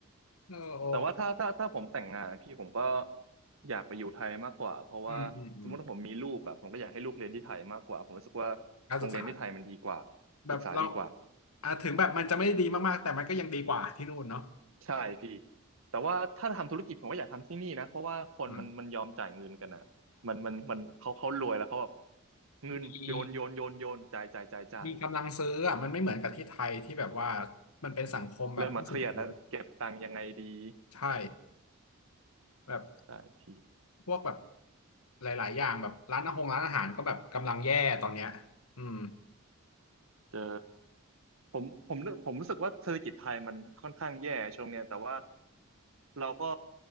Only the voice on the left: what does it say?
เออโอ
อืมอืมอืมการศึกษา
แบบเรา
อ่าถึงแบบมันจะไม่ได้ดีมากๆแต่มันก็ยังดีกว่าที่นู่นเนาะ
อืม
มีมีกำลังซื้ออ่ะมันไม่เหมือนกับที่ไทยที่แบบว่ามันเป็นสังคมแบบผู้สูงอายุ
ใช่แบบ
พวกแบบหลายๆอย่างแบบร้านอาหงร้านอาหารก็แบบกำลังแย่ตอนเนี้ยอืม